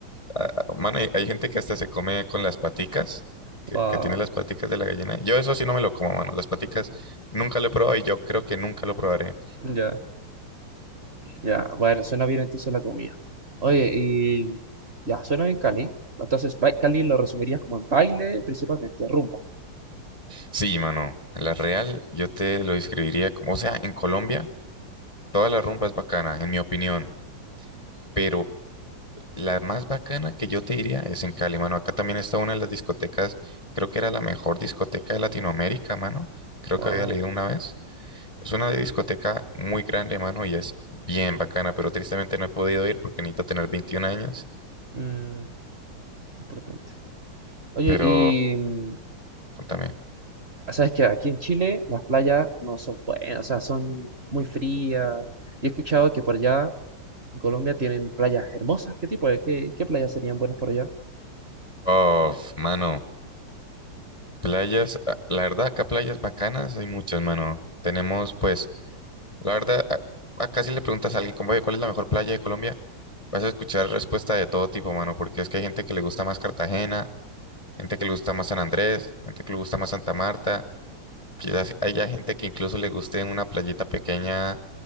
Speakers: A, on the left; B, on the right.
A: ah, ah, Mano, hay, hay gente que hasta se come con las paticas, que,
B: Wow,
A: que tiene las paticas de la gallina. Yo eso sí no me lo como, mano. Las paticas nunca lo he probado y yo creo que nunca lo probaré.
B: ya, ya. Bueno, suena bien entonces la comida. Oye, y ya, suena bien Cali. Entonces, ba- Cali lo resumirías como en baile, principalmente, rumba.
A: Sí, mano. La real, yo te lo describiría como. O sea, en Colombia, toda la rumba es bacana, en mi opinión. Pero la más bacana que yo te diría es en Cali, mano. Acá también está una de las discotecas, creo que era la mejor discoteca de Latinoamérica, mano. Creo
B: Wow,
A: que había leído una vez. Es una discoteca muy grande, mano, y es bien bacana, pero tristemente no he podido ir porque necesito tener 21 años.
B: mm, importante. Oye,
A: Pero,
B: y, mm,
A: contame.
B: Sabes que aquí en Chile las playas no son buenas, o sea, son muy frías. Y he escuchado que por allá en Colombia tienen playas hermosas. ¿Qué tipo de, qué, qué playas serían buenas por allá?
A: Oh, mano, playas, ah, la verdad, acá playas bacanas hay muchas, mano. Tenemos, pues, la verdad, a- acá si le preguntas a alguien, como, "Oye, ¿cuál es la mejor playa de Colombia? Vas a escuchar respuesta de todo tipo, mano, porque es que hay gente que le gusta más Cartagena, gente que le gusta más San Andrés, gente que le gusta más Santa Marta. Quizás haya gente que incluso le guste una playita pequeña